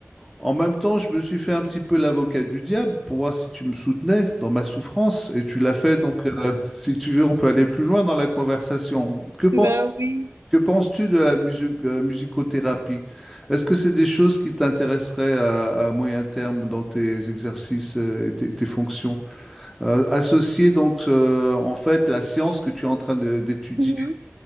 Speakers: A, in the centre; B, on the right (about 70°).
A: En même temps, je me suis fait un petit peu l'avocat du diable pour voir si tu me soutenais dans ma souffrance, et tu l'as fait, donc euh, si tu veux, on peut aller plus loin dans la conversation. Que penses,
B: Bah oui.
A: que penses-tu de la musi- euh, musicothérapie? Est-ce que c'est des choses qui t'intéresseraient à, à moyen terme dans tes exercices euh, et tes, tes fonctions? Euh, associer donc euh, en fait la science que tu es en train de- d'étudier
B: Mhm.